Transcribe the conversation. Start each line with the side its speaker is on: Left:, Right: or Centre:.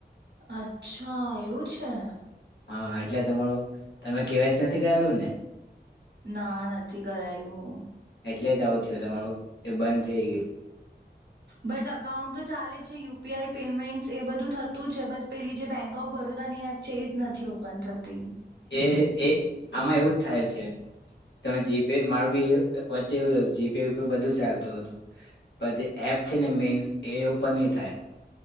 Right: અચ્છા એવું છે.
Left: હા, એટલે તમારું તમે કેવાયસી નથી કરાવલું ને?
Right: ના, નથી કરાયું.
Left: એટલે જ આવતી હો, તમારું એ બંધ થઈ ગયું.
Right: બટ અકાઉન્ટ તો ચાલે જ છે યુ પી આઈ પેમેન્ટ એ બધું થતું છે બસ પેલી જે બેંક ઓફ બરોડાની એપ છે એ જ નથી ઓપન થતી.
Left: એ એ આમાં એવું જ થાય છે, તમે જીપે મારું બી વચ્ચે એવું જીપે બધું ચાલતું હતું, પણ જે એપ છે ને મેન એ ઓપન નહીં થાય.